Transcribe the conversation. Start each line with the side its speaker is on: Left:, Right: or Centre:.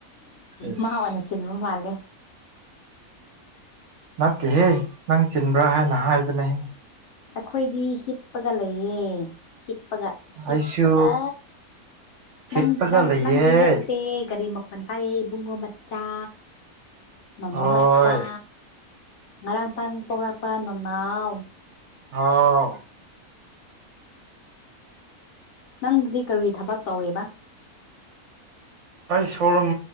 Right: ꯏꯁ
Left: ꯃꯥ ꯑꯣꯏꯅ ꯆꯤꯟꯕ ꯃꯥꯜꯂꯦ
Right: ꯅꯠꯇꯦꯍꯦ ꯅꯪ ꯆꯤꯟꯕ꯭ꯔꯥ ꯍꯥꯏꯅ ꯍꯥꯏꯕꯅꯦ
Left: ꯑꯩꯈꯣꯏꯗꯤ ꯍꯤꯞꯄꯒ ꯂꯩꯌꯦ ꯍꯤꯞꯄꯒ ꯍꯤꯞꯄꯒ
Right: ꯑꯩꯁꯨ ꯍꯤꯞꯄꯒ
Left: ꯅꯪ ꯅꯪ
Right: ꯂꯩꯌꯦ
Left: ꯅꯪꯗꯤ ꯅꯠꯇꯦ ꯒꯥꯔꯤ ꯃꯈ ꯃ ꯇꯥꯏꯌꯦ ꯏꯕꯨꯡꯉꯣ ꯃꯆꯥ ꯅꯅꯥꯎ
Right: ꯍꯣꯏ
Left: ꯃꯆꯥ ꯉꯔꯥꯡ ꯇꯥꯟ ꯄꯣꯛꯂꯛꯄ ꯅꯨꯡꯅꯥꯎ
Right: ꯍꯥꯎ
Left: ꯅꯪꯗꯤ ꯀꯔꯤ ꯊꯕꯛ ꯇꯧꯋꯦꯕ
Right: ꯑꯩ ꯁꯣꯔꯨꯝ